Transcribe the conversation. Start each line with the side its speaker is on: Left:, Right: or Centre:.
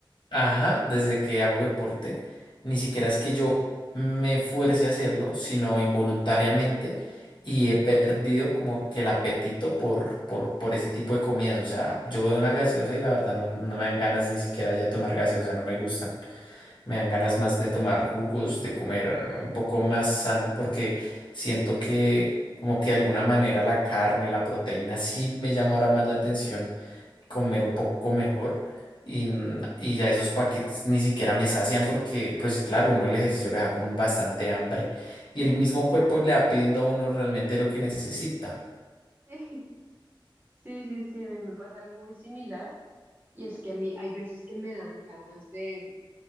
Left: Ajá, desde que hago deporte, ni siquiera es que yo me fuerce a hacerlo, sino involuntariamente y he perdido como que el apetito por, por, por ese tipo de comidas. O sea, yo veo una gaseosa y la verdad no, no me dan ganas ni siquiera ya de tomar gaseosa, no me gustan. Me dan
Right: Sí.
Left: ganas más de tomar jugos, de comer eh, un poco más sano, porque siento que como que de alguna manera la carne, la proteína sí me llama ahora más la atención comer un poco mejor y, n- y ya esos paquetes ni siquiera me sacian porque, pues claro, uno el ejercicio le da con bastante hambre y el mismo cuerpo le va pidiendo a uno realmente lo que necesita.
Right: Sí. Sí, sí, sí, a mí me pasa algo muy similar y es que a mí hay veces que me dan ganas de,